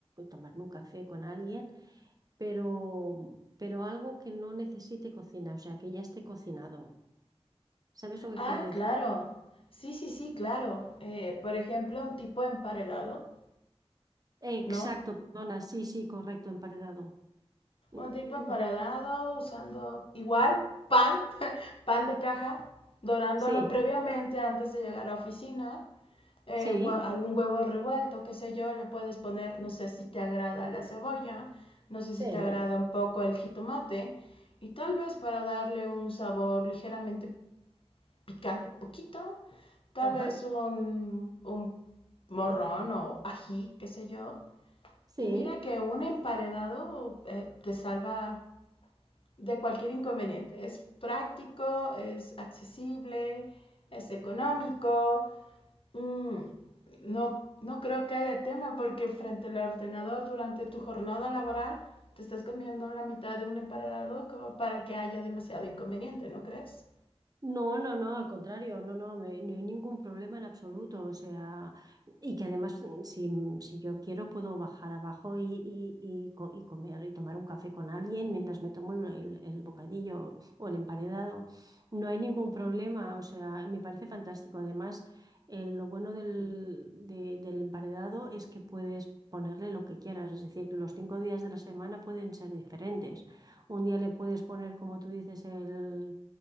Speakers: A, on the right; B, on the left.
A: tomarme un café con alguien, pero, pero algo que no necesite cocina, o sea, que ya esté cocinado. ¿Sabes lo que
B: Ah,
A: quiero decir?
B: claro. Sí, sí, sí, claro. Eh, por ejemplo, un tipo emparedado,
A: Exacto,
B: ¿no?
A: perdona, sí, sí, correcto, emparedado. Mm, mm,
B: Un tipo emparedado
A: no.
B: usando igual pan, <laughs> pan de caja, dorándolo
A: Sí,
B: previamente antes de llegar a la oficina.
A: sí,
B: eh, algún huevo revuelto, qué sé yo, le puedes poner, no sé si te agrada la cebolla, no sé
A: sí,
B: si te agrada un poco el jitomate y tal vez para darle un sabor ligeramente picante, poquito, tal
A: ajá,
B: vez un, un morrón o ají, qué sé yo.
A: sí.
B: Y mira que un emparedado eh, te salva de cualquier inconveniente. Es práctico, es accesible, es económico, Mm, no, no creo que haya tema porque frente al ordenador durante tu jornada laboral te estás comiendo la mitad de un emparado como para que haya demasiado inconveniente, ¿no crees?
A: No, no, no, al contrario, no, no, me- no hay ningún problema en absoluto, o sea, y que además mm, si, mm, si yo quiero puedo bajar abajo y, y- y co- y comer y tomar un café con alguien mientras me tomo el, el- el bocadillo o el emparedado, no hay ningún problema, o sea, me parece fantástico, además eh, lo bueno del, de- del emparedado es que puedes ponerle lo que quieras, es decir, los cinco días de la semana pueden ser diferentes, un día le puedes poner, como tú dices, el